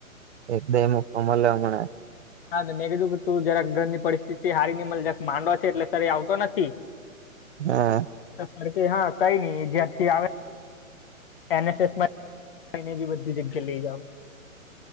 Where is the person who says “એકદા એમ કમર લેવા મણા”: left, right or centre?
Right